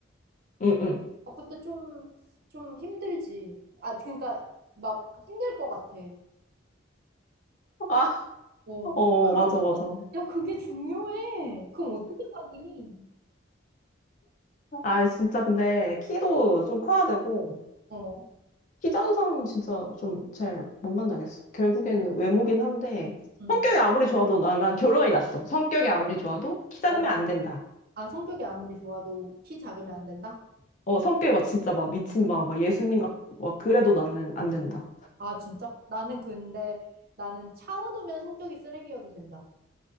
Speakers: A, on the left; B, on the right.
A: 응, 응.
B: 아, 그때 좀, 좀 힘들지. 아, 그러니까 막 힘들 것 같아.
A: 아
B: 어.
A: 어,
B: 그런
A: 맞아,
B: 것도,
A: 맞아.
B: 야, 그게 중요해. 그럼 어떻게 따지니?
A: 아, 진짜 근데 키도 좀 커야 되고,
B: 어,
A: 키 작은 사람은 진짜 좀 잘 못 만나겠어. 결국에는 외모긴 한데,
B: 응,
A: 성격이 아무리 좋아도 난, 난 결론이 났어. 성격이 아무리 좋아도 키 작으면
B: 어.
A: 안 된다.
B: 아, 성격이 아무리 좋아도 키 작으면 안 된다?
A: 어, 성격이 막 진짜 막 미친 막, 막 예수님 같, 막 그래도 나는 안 된다.
B: 아, 진짜? 나는 근데, 나는 차은우면 성격이 쓰레기여도 된다.